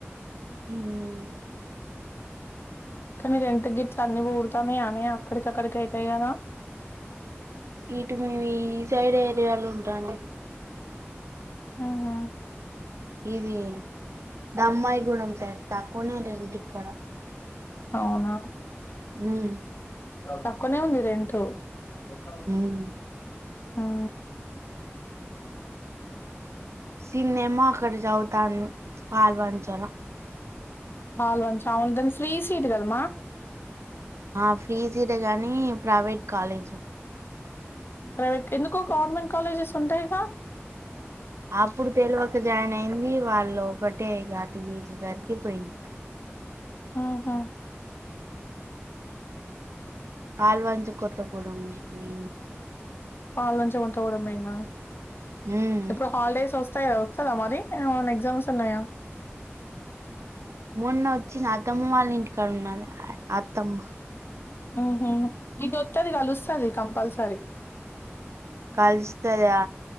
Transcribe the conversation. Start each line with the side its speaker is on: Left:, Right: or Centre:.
Right: హ్మ్
Left: కానీ రెంటి గిట్లు అన్ని పొడుగుతానే అనీ అక్కడికి అక్కడికి అయితాయి కదా
Right: ఇటు మేము ఈ సైడ్ ఏరియాలో ఉంటానామ్
Left: మ్మ్ హ్మ్
Right: ఇది దమ్మాయి కూడ స్యాట్ తకువనే రెంటిక్కడ
Left: అవునా
Right: ఉమ్
Left: తక్కువనే ఉంది రెంటు సచ్చా
Right: ఉమ్
Left: ఆ
Right: సన్నేమో అక్కడ చదువుతాంది పాల్వంచల
Left: హల్ వన్ అవును దని ఫ్రీ సీట్ కదమ్మా
Right: ఆ ఫ్రీ సీటు కాని ప్రైవేట్ కాలేజీ
Left: ప్రైవేట్ ఎందుకో గవర్నమెంట్ కాలేజెస్ ఉంటాయిగా
Right: అప్పుడు తెలివక జాయిన్ అయింది వాళ్ళు ఒకటే అటి దరికిపోయింది
Left: ఆహా
Right: కల్వాంచి కొత్త పోడు ఉ మై
Left: పాలలంచి కొంత కూడాడమేనా
Right: ఉమ్
Left: ఇప్పుడు హాలిడేస్ వస్త వస్తాయిదా వస్తుందా మరి ఎగ్జామ్స్ ఉన్నాయా
Right: మొన్న వచ్చి నా అత్తమ్మ వాళ్ళ ఇంటికాడ ఉన్నాల అత్తమ్మ
Left: ఆ ఇది ది కలుస్తుంది కంపల్సరీ
Right: కలుస్తదా